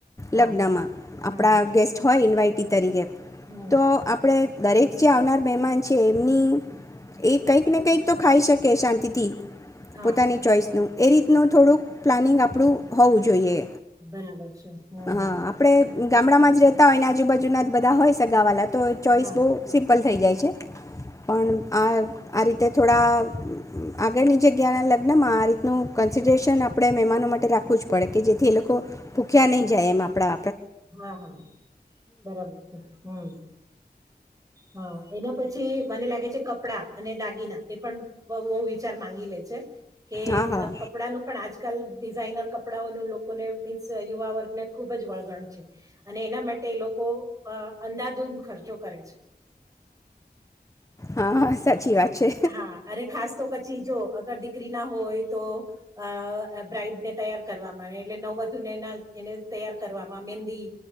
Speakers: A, on the right; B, on the left.
A: હા
B: લગ્નમાં,
A: હમ
B: આપણા
A: હમ
B: ગેસ્ટ હોય ઇન્વાઈટ ટી તરીકે.
A: હમ
B: તો આપડે દરેક જે આવનાર મહેમાન છે એમની એ કંઈક ને કંઈક તો ખાઈ શકે શાંતિથી
A: હા
B: પોતાની ચોઈસ નું. એ રીતનું થોડુંક પ્લાનિંગ આપડું હોવું જોઈએ.
A: બરાબર છે. હો, હો.
B: હા આપણે ગામડામાં જ રહેતા હોય ને આજુબાજુના જ બધા હોય સગાવાલા તો ચોઈસ
A: હા
B: બહુ સિમ પલ થઈ જાય છે. પણ આ આ રીતે થોડા આગળની જગ્યાના લગ્નમાં આ રીતનું કન્સિડરેશન આપડે મહેમાનો માટે રાખવુજ પડે કે જેથી એ લોકો ભૂખ્યા નહીં જાય એમ આપડા
A: હા હા બરાબર છે. હમ્મ. હા, એના પછી મને લાગે છે કપડા અને દાગીના એ પણ બહુ બહુ વિચાર માંગી લે છે કે
B: હા હા
A: ક-કપડા નું પણ આજ કલ ડિઝાઇનર કપડાંઓનું લોકોને મીન્સ યુવા વર્ગને ખૂબ જ વળગણ છે. અને એના માટે એ લોકો અહ અંધાધુંધ ખર્ચો કરે છે.
B: હા હા સાચી વાત છે
A: હા, અરે ખાસ તો પછી જો અગર દીકરી ના હોય તો અહ બ્રાઈડને તૈયાર કરવામાં એટલે નવ વધુને એના એને તૈયાર કરવામાં મેહંદી